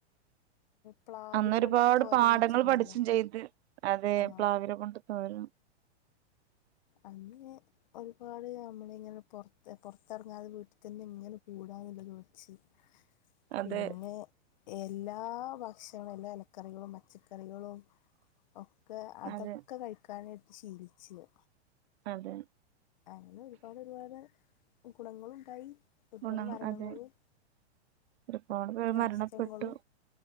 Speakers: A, on the left; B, on the right.
A: പ്ലാവില
B: അന്ന് ഒരുപാട്
A: കൊണ്ടൊക്കെ തോരൻ
B: പാഠങ്ങൾ
A: വെച്ചിരുന്നല്ലോ
B: പഠിച്ചും ചെയ്ത് അതെ
A: ആ
B: പ്ലാവില കൊണ്ട് തോരൻ
A: അങ്ങനെ ഒരുപാട് നമ്മള ഇങ്ങനെ പുൊറത്ത് പുറത്തിറങ്ങാതെ വീട്ടിൽ തന്നെ ഇങ്ങനെ കൂടാനല്ല <unintelligible>
B: അതെ
A: പിന്നെ എല്ലാ ഭക്ഷണും എല്ലാ ഇലക്കറികളും പച്ചക്കറികളും ഒക്കെ അതൊക്കെ
B: അതെ
A: കഴിക്കാനട്ട് <unintelligible>
B: അതെ
A: അങ്ങനെ ഒരുപാട് ഒരുപാട് ഗുണങ്ങളുണ്ടായി ഒരുപാട്
B: ഗുണം
A: മരണങ്ങളും
B: അത് ഒരുപാട് പേര്
A: നഷ്ടങ്ങളും
B: മരണപ്പെട്ടു